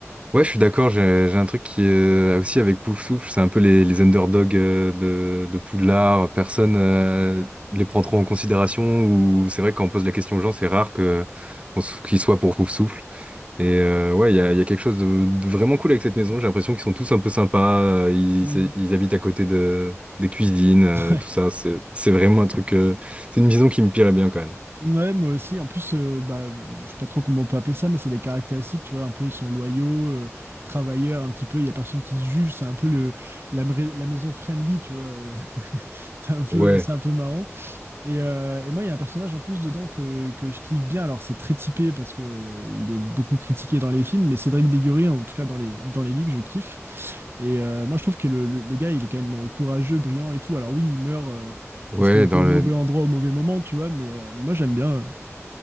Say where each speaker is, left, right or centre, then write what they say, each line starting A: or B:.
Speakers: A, on the right; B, on the right.
A: ouais, je suis d'accord. J'ai j'ai un truc qui euh, aussi avec Pouf Souffle, c'est un peu les, les underdogs euh, de, de Poudlard. Personne euh, les prend trop en considération. Ou c'est vrai que quand on pose la question aux gens, c'est rare que qu'on s- qu'ils soient pour Pouf Souffle. Et euh, ouais, il y a, il y a quelque chose de, de vraiment cool avec cette maison. J'ai l'impression qu'ils sont tous un peu sympas. euh, Ils,
B: Hmm.
A: ils habitent à côté de des cuisines, euh,
B: Ouais.
A: tout ça. C'est c'est vraiment un truc. euh, c'est une maison qui me plairait bien quand même.
B: Ouais, moi aussi. En plus, euh, bah, je sais pas trop comment on peut appeler ça, mais c'est des caractéristiques, tu vois, un peu, ils sont loyaux, euh, travailleurs, un petit peu, il y a personne qui se juge, c'est un peu le, la, mra- la maison friendly, tu vois. euh, <laughs> c'est un peu,
A: Ouais,
B: c'est un peu marrant. Et, euh, et moi, il y a un personnage en plus dedans que, que je kiffe bien. Alors, c'est très typé parce que euh, il est beaucoup critiqué dans les films, mais Cédric Déguerré, en tout cas dans les, dans les livres, je kiffe. Et euh, moi, je trouve que le, le- le gars, il est quand même euh, courageux, brillant et tout. Alors oui, il meurt euh,
A: ouais,
B: parce qu'il était
A: dans
B: au
A: le.
B: mauvais endroit au mauvais moment, tu vois, mais euh, moi, j'aime bien. euh.